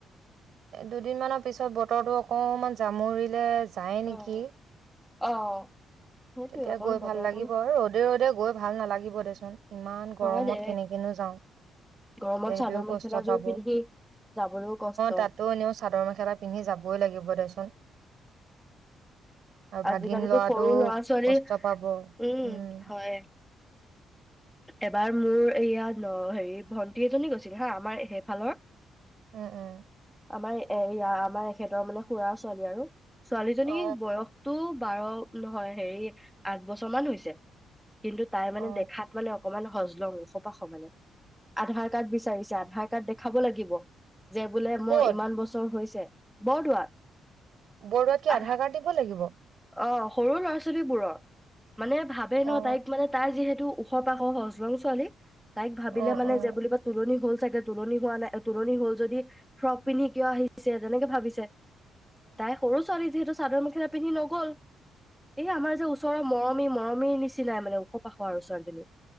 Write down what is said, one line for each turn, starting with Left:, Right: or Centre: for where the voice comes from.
Right: দুদিনমানৰ পিছত বতৰটো অকণমান জামুৰিলে চায়ে
Centre: অ
Right: নেকি।
Centre: অ'। সেইটোয়ে
Right: তেতিয়া
Centre: অকণ
Right: গৈ
Centre: বতৰটো
Right: ভাল লাগিব ৰ'দে ৰ'দে গৈ ভাল নালাগিব দেচো ইমান গৰমত
Centre: হয় দে
Right: কেনেকনো যাওঁ,
Centre: গৰমত
Right: দেহটোও
Centre: চাদৰ মেখেলাযোৰ
Right: কষ্ট পাব
Centre: পিন্ধি
Right: অ',
Centre: যাবলৈও কষ্ট
Right: তাতো এনেও চাদৰ মেখেলা পিন্ধি যাবই লাগিব দেচোন। আৰু
Centre: আজিকালিটো
Right: ভাগিন লৰাটো
Centre: সৰু ল'ৰা ছোলী
Right: কষ্ট
Centre: উম,
Right: পাব উম
Centre: হয়। এবাৰ মোৰ এইয়াাত হেৰি ভন্টি এজনী গৈছিল হা আমাৰ সেইফালৰ
Right: উম, উম।
Centre: আমাৰ এয়া আমাৰ এখেতৰ মানে খুৰা ছোৱালী আৰু। ছোৱালীজনীৰ
Right: অ
Centre: বয়সটো বাৰ নহয় হেৰি আঠ বছৰ মান হৈছে। কিন্তু তাই মানে
Right: অ
Centre: দেখাত মানে অকমান হজলং, ওখপাশ মানে আধাৰ কাৰ্ড বিচাৰিছে আধাৰ কাৰ্ড দেখাব লাগিব। যে বোলে মই
Right: ক'ত
Centre: ইমান বছৰ হৈছে বৰদোৱাত
Right: বৰদোৱাত কি
Centre: আ
Right: আধাৰ কাৰ্ড দিব লাগিব?
Centre: অ সৰু ল'ৰা ছোৱালীবোৰৰ। মানে ভাবে
Right: অ
Centre: ন তাইক মানে তাই যিহেতু। খ পাশ সহজ লং ছোৱালী। তাইক ভাবিলে
Right: অ
Centre: মানে
Right: অ
Centre: যে বুলিবা তুলনি হ'ল। চাগে তোুলনি হোৱা নাই তোুলনি হ'ল। যদি ফ্ৰক পিন্ধি কিয় আহিছে। তেনেকে ভাবিছে তাই সৰু ছোৱালী যিহেতু। চাদৰ মেখেলা পিন্ধি নগ'ল। এই আমাৰ যে ওচৰৰ মৰম। আমি মৰমী নিচিনাই মানে ওখ পাখ আৰু ছোৱালীজনী।